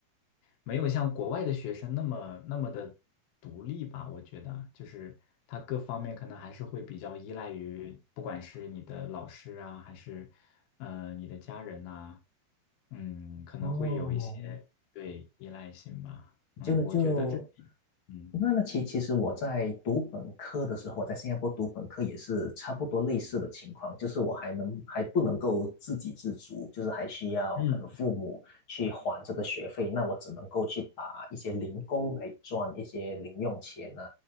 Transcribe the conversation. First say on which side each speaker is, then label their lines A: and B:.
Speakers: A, on the left; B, on the left.
A: 没有像国外的学生那么那么的独立吧。我觉得，就是他各方面可能还是会比较依赖于，不管是你的老师啊，还是，呃，你的家人呐，嗯，可能会有一些对依赖性吧。
B: 哦，
A: 嗯，
B: 就就
A: 我觉得这，嗯
B: 那那其其实我在读本科的时候，我在新加坡读本科也是差不多类似的情况，就是我还能还不能够自给自足，就是还需要可能父母去还这个学费，
A: 嗯
B: 那我只能够去打一些零工来赚一些零用钱啊，